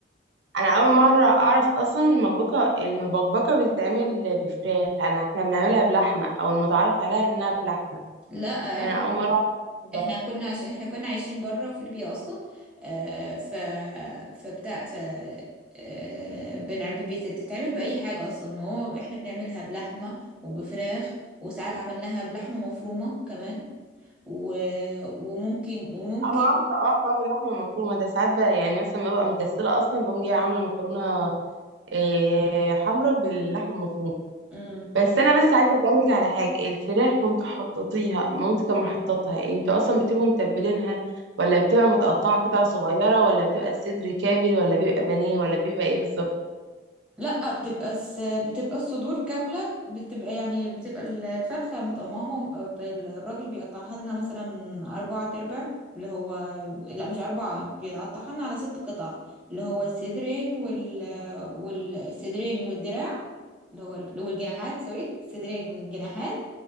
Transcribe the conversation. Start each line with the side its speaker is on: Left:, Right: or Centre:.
Right: انا اول مره اعرف اصلا المبكبكه المبكبكه بتتعمل بفراخ انا احنا بنعملها بلحمه او المتعارف عليها انها بلحمه
Centre: لا
Right: فانا
Centre: احنا
Right: اول مره اعرف كده
Centre: احنا كنا عشان احنا كنا عايشين بره في ليبيا اصلا آه ف فبتاع ف آه بنعب بتتعمل باي حاجه اصلا ما هو احنا بنعملها بلحمه وبفراخ وساعات عملناها بلحمه مفرومه كمان و... وممكن وممكن
Right: انا عارفه اه حوار اللحمه المفرومه ده ساعات ب- يعني مثلا ما ببقى مكسله اصلا بقوم جايه عامله مكرونه إيه حمراء باللحمه المفرومه
Centre: مم.
Right: بس انا بس عايزه اسالك على حاجه الفراخ وانتوا حطيتيها مامتك كان محططها انتوا اصلا بتبقوا متبلينها ولا بتبقى متقطعه قطع صغيره ولا بتبقى الصدر كامل ولا بيبقى بانيه ولا بيبقى ايه بالظبط
Centre: لا بتبقى الس... بتبقى الصدور كاملة بتبقى يعني بتبقى ال- الفرخة متقممة الراجل بيقطعها لنا مثلا أربعة تربع اللي هو لا مش أربعة بيقطعها لنا على ست قطع اللي هو الصدرين وال والصدرين والدراع اللي هو ال... والجناحات سوري الصدرين والجناحات